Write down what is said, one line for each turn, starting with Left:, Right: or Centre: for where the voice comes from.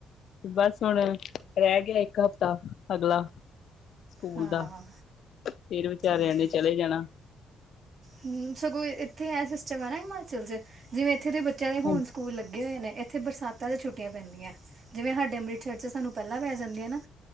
Left: ਬਸ ਹੁਣ ਰੈ ਗਿਆ ਇੱਕ ਹਫ਼ਤਾ ਅਗਲਾ ਸਕੂਲ
Right: ਹਾ-ਹਾਂ,
Left: ਦਾ ਫੇਰ ਵਿਚਾਰਿਆਂ
Right: ਹਾਂਜੀ-ਹਾਂਜੀ।
Left: ਨੇ ਚਲੇ ਜਾਣਾ
Right: ਹੂੰ ਸਗੋਂ ਇੱਥੇਐ ਸਿਸਟਮ ਐਨਾ ਹਿਮਾਚਲ ਚ ਜਿਵੇਂ ਇੱਥੇ ਦੇ ਬੱਚਿਆਂ ਦੇ ਹੁਣ
Left: ਹਾਂਜੀ
Right: ਸਕੂਲ ਲੱਗੇ ਹੋਏ ਨੇ। ਇੱਥੇ ਬਰਸਾਤਾ ਚ ਛੁੱਟੀਆਂ ਪੈਂਦੀਆਂ, ਜਿਵੇਂ ਸਾਡੇ ਅੰਮ੍ਰਿਤਸਰ ਚ ਸਾਨੂੰ ਪਹਿਲਾਂ ਪੈ ਜਾਂਦੀਆਂ ਨਾ